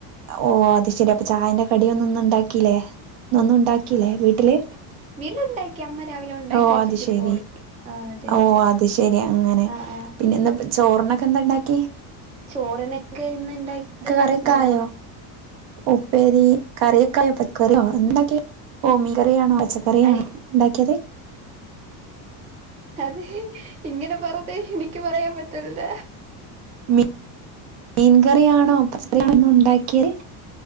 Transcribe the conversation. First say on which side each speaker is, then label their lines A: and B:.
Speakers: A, on the right (about 55°); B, on the right (about 15°).
A: ഓ അത് ശെരി അപ്പൊ ചായന്റെ കടിയൊന്നും ഇന്ന് ഇണ്ടാക്കി ക്കിലെ ഇന്നൊന്നും ഉണ്ടാക്കിയിലേ വീട്ടില്?
B: വീടില്ണ്ടാക്കി അമ്മ രാവിലെ ഉണ്ടാക്കി
A: ഓ
B: വെച്ചിട്ട്
A: അത് ശരി
B: പോയി. ആഹ് അതെ
A: ഓ
B: അതെ
A: അത് ശെരി അങ്ങനെ
B: ആഹ് ആഹ്
A: പിന്നെന്നപ്പ ചോറിനൊക്കെ എന്താണ്ടാക്കി?
B: ചോറിനക്കെയിന്ന് ഇണ്ടാക്കിയത് ഏ
A: കറിയൊക്കെ ആയോ
B: ഹ്മ്.
A: ഉപ്പേരി കറിയക്കായോ <unintelligible> ന്തണ്ടാക്കി ഓ മീൻകറിയാണോ? പച്ചക്കറിയണോ
B: ആയി
A: ഉണ്ടാക്കിയത്?
B: അതെ ഇങ്ങനെ പറതേ എനിക്ക് പറയാൻ പറ്റ്ണില്ല.
A: മി മീൻകറിയാണോ <unintelligible> ആണോ ഉണ്ടാക്കിയത്